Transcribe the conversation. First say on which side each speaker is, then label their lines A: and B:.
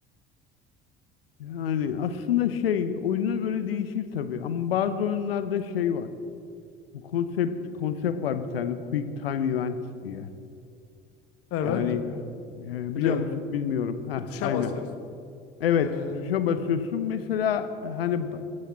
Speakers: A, on the left; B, on the left.
A: Yani aslında şey oyuna göre değişir tabii ama bazı oyunlarda şey var. Bu konsept konsept var bir tane Quick Time Events diye.
B: Evet,
A: Yani e,
B: biliyorum.
A: biliyor musun bilmiyorum. Ha
B: Bir tuşa
A: aynen.
B: basıyorsun.
A: Evet
B: Ee,
A: tuşa basıyorsun. Mesela hani b-